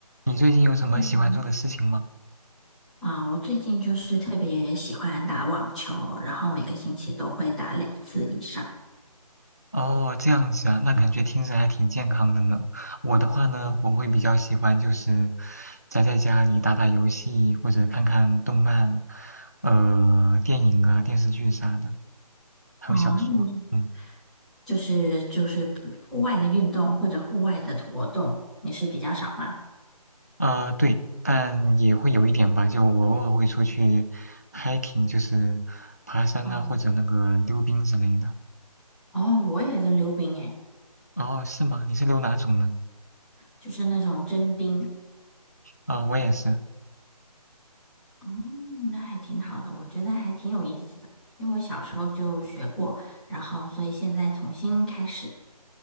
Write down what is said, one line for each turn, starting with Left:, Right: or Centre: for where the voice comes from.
Left: 你最近有什么喜欢做的事情吗？
Centre: 嗯，啊，我最近就是特别喜欢打网球，然后每个星期都会打两次以上。
Left: 哦，这样子啊，那感嗯觉听着还挺健康的呢。我的话呢，我会比较喜欢就是宅在家里打打游戏或者看看动漫，呃，电影啊、电视剧啥的，还有小说。
Centre: 哦，那你
Left: 嗯，
Centre: 就是就是户外的运动或者户外的活动，你是比较少吗？
Left: 啊、对，但也会有一点吧，就我偶尔会出去 hiking，就是爬山啊或者那个溜冰之类的。
Centre: 嗯哦，我也在溜冰诶，
Left: 哦，是吗？你是溜哪种呢？
Centre: 就是那种真冰。
Left: 啊、我也是。
Centre: 嗯，那还挺好的，我觉得还挺有意思的，因为我小时候就学过，然后所以现在重新开始。